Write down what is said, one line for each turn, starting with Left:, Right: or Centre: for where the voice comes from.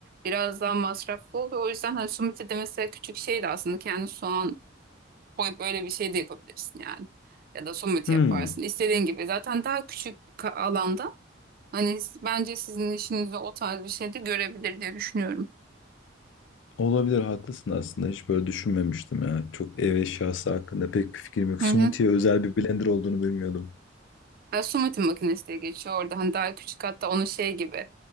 Right: biraz daha masraflı oluyor. O yüzden hani smoothie de mesela küçük şey de aslında kendi soğan koyup öyle bir şey de yapabilirsin yani. Ya da somut
Left: Hmm.
Right: yaparsın. İstediğin gibi. Zaten daha küçük bir ka- alanda hani s- bence sizin işinizde o tarz bir şey de görebilir diye düşünüyorum.
Left: Olabilir haklısın aslında hiç böyle düşünmemiştim ya. Çok ev eşyası hakkında pek bir fikrim yok.
Right: Hı
Left: Smoothie'ye
Right: hı.
Left: özel bir blender olduğunu bilmiyordum.
Right: Ya, somutin makinesi diye geçiyor orada. Hani daha küçük hatta onun şey gibi